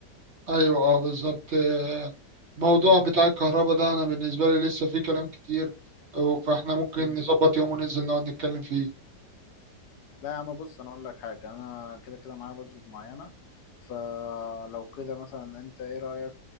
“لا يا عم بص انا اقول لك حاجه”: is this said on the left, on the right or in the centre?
Left